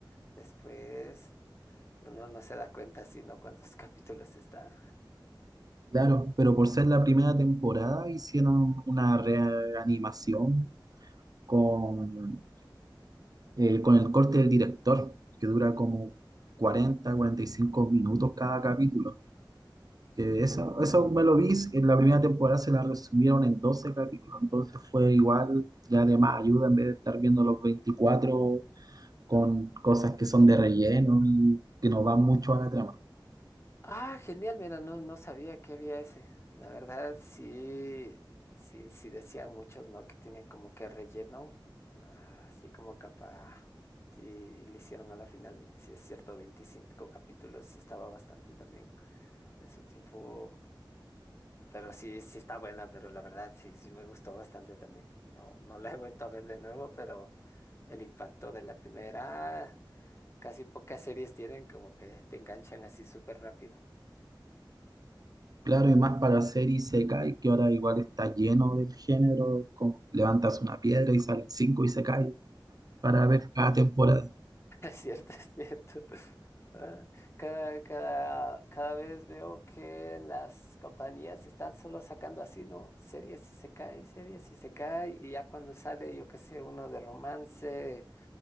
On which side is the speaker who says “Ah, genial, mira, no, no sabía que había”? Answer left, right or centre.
Left